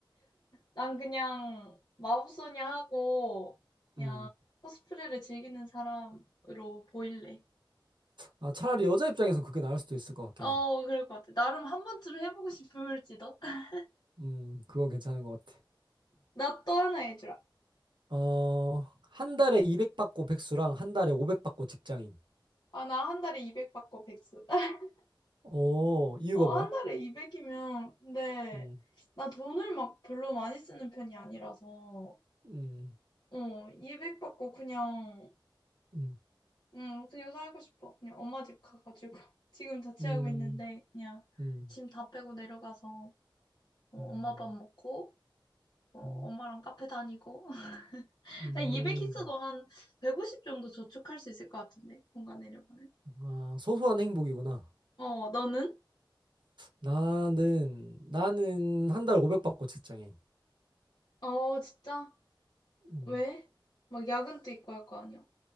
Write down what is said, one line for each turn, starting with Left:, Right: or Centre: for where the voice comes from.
Left: 난 그냥 마법소녀 하고, 그냥
Right: 음.
Left: 코스프레를 즐기는 사람으로 보일래.
Right: 아, 차라리 여자 입장에선 그게 나을 수도 있을 것 같긴
Left: 어,
Right: 해.
Left: 그럴 것 같아. 나름 한 번쯤 해보고 싶을지도. <laughs>
Right: 음, 그건 괜찮은 것 같아.
Left: 나 또 하나 해주라.
Right: 어, 한 달에 200 받고 백수랑 한 달에 500 받고 직장인.
Left: 아, 나 한 달에 200 받고 백수. <laughs>
Right: 어, 이유가
Left: 어,
Right: 뭐야?
Left: 한 달에 200이면, 근데,
Right: 음,
Left: 나 돈을 막 별로 많이 쓰는 편이 아니라서.
Right: 음,
Left: 어, 200 받고 그냥,
Right: 음,
Left: 응, 그냥 살고 싶어. 그냥 엄마 집 가가지고. <laughs> 지금 자취하고
Right: 음,
Left: 있는데, 그냥
Right: 음,
Left: 짐 다 빼고 내려가서, 어,
Right: 음,
Left: 엄마 밥 먹고, 어, 엄마랑
Right: 음,
Left: 카페 다니고. <laughs>
Right: 음.
Left: 200 있어도 한 150 정도 저축할 수 있을 것 같은데, 뭔가 내려가면.
Right: 아, 소소한 행복이구나.
Left: 어, 너는?
Right: 나는, 나는 한 달에 500 받고 직장인.
Left: 어, 진짜?
Right: 음,
Left: 왜? 막 야근도 있고 할 거 아니야.